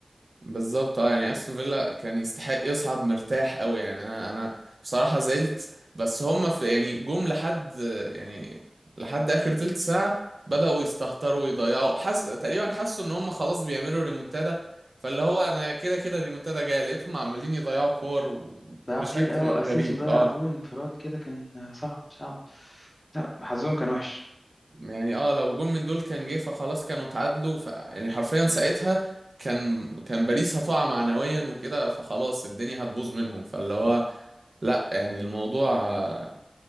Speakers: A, on the right; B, on the left.
A: بالظبط اه يعني استون فيلا كان يستحق يصعد مرتاح قوي يعني انا انا بصراحه زعلت بس هم في يعني جم لحد يعني لحد اخر تلت ساعه بداوا يستهتروا ويضيعوا حس تقريبا حسوا ان هم خلاص بيعملوا ريمونتادا فاللي هو انا كده كده الريمونتادا جايه لقيتهم عمالين يضيعوا كور و-
B: ضيعوا
A: بشكل
B: كتير اه اسينسيو
A: غريب
B: ضيع
A: اه
B: جون انفراد كده كان صعب صعب لا حظهم كان وحش
A: يعني اه لو جون من دول كان جه فخلاص كانوا اتعادلوا ف يعني حرفيا ساعتها كان كان باريس هتقع معنويا وكده فخلاص الدنيا هتبوظ منهم فاللي هو لا يعني الموضوع آه،